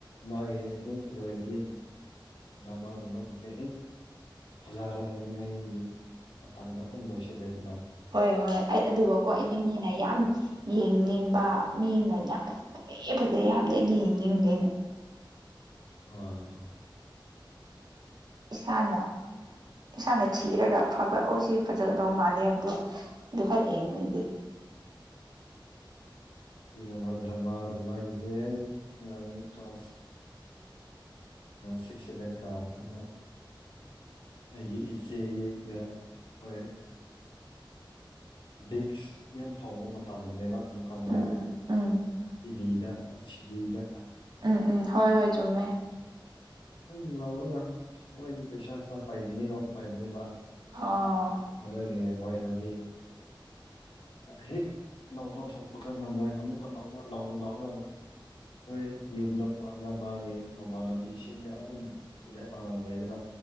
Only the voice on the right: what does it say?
ꯍꯣꯏ ꯍꯣꯏ ꯑꯩ ꯑꯗꯨꯒꯀꯣ ꯑꯩꯗꯤ ꯃꯤꯅ ꯌꯥꯝ ꯌꯦꯡꯅꯤꯡꯕ ꯃꯤꯅ ꯌꯥꯝ ꯐꯖꯩ ꯐꯖꯩ ꯍꯥꯏꯕꯗꯤ ꯌꯦꯡꯅꯤꯡꯗꯦ
ꯏꯁꯥꯅ ꯏꯁꯥꯅ ꯊꯤꯔꯒ ꯑꯐꯕ ꯑꯣ ꯁꯤ ꯐꯖꯒꯗꯧ ꯃꯥꯜꯂꯦ ꯍꯥꯏꯕꯗꯣ ꯑꯗꯨ ꯈꯛ ꯌꯦꯡꯉꯦ ꯑꯩꯗꯤ
ꯎꯝ ꯎꯝ
ꯎꯝ ꯎꯝ ꯍꯣꯏ ꯍꯣꯏ ꯆꯨꯝꯃꯦ
ꯑ